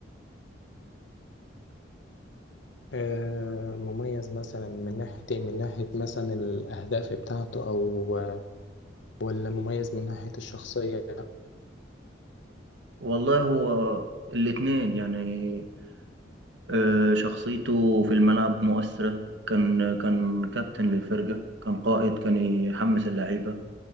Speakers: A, on the left; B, on the right.
A: آه، مميز مثلا من ناحية ايه؟ من ناحية مثلا الاهداف بتاعته او آه، ولا مميز من ناحية الشخصية؟
B: والله هو الاتنين يعني آه، شخصيته في الملعب مؤثرة كان كان كابتن للفرقة كان قائد كان يحمس اللعيبة